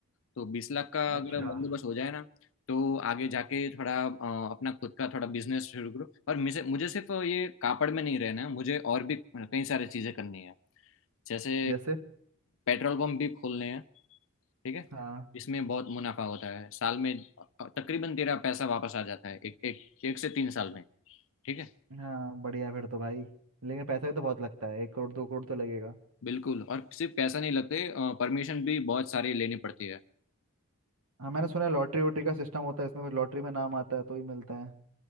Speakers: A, on the left (about 60°); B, on the right (about 75°).
A: तो बीस लाख का
B: अच्छा
A: अगर बंदोबस्त हो जाए ना तो आगे जाके थोड़ा अ, अपना खुद का थोड़ा बिजनेस शुरू करो और मुझे मुझे सिर्फ ये कापड़ में नहीं रहना है मुझे और भी कई सारी चीजें करनी है जैसे
B: जैसे
A: पेट्रोल पंप भी खोलने हैं ठीक है
B: हाँ
A: इसमें बहुत मुनाफा होता है साल में तकरीबन तेरा पैसा वापस आ जाता है एक एक एक से तीन साल में ठीक है
B: हाँ बढ़िया फिर तो भाई लेकिन पैसा भी तो बहुत लगता है एक करोड़ दो करोड़ तो लगेगा
A: बिल्कुल और सिर्फ पैसा नहीं लगते परमिशन भी बहुत सारी लेनी पड़ती है
B: हाँ मैंने सुना है लॉटरी वोटरी का सिस्टम होता है इसमें कुछ लॉटरी में नाम आता है तो ही मिलता है